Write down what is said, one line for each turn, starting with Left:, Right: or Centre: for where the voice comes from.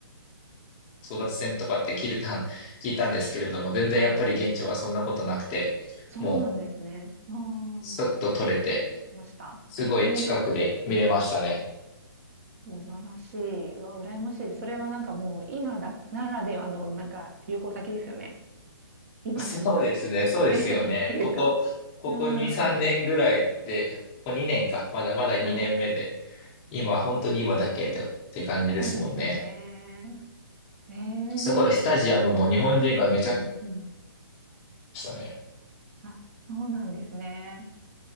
Left: 争奪戦とかって聞いた、聞いたんですけれども、全然やっぱり現地はそんなことなくて、
Right: はい。そうなんですね。
Left: もう、
Right: もうん。
Left: スッと取れて、
Right: 入ってました。
Left: すごい近くで見れましたね。
Right: ええ、素晴らしい。うわ、羨ましいです。それはなんかもう今だならではのなんか旅行先ですよね。今しか
Left: そうですね、そうですよね。
Right: <laughs> 出れないっていうか。
Left: ここ、ここ2、
Right: うーん。
Left: 3年ぐらいで、ここ2年か、まだまだ2年目で、
Right: はい。
Left: 今、本当に今だけでって感じですもんね。
Right: そうですよね。ええ、う
Left: すごい、
Right: ん
Left: スタジアムも日本人がめちゃくちゃ来
Right: うんうん。
Left: ましたね。
Right: あ、そうなんですね。